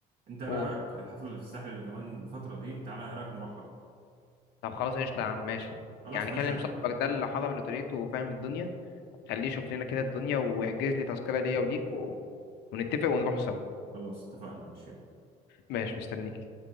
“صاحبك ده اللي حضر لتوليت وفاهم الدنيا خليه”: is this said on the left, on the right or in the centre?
Left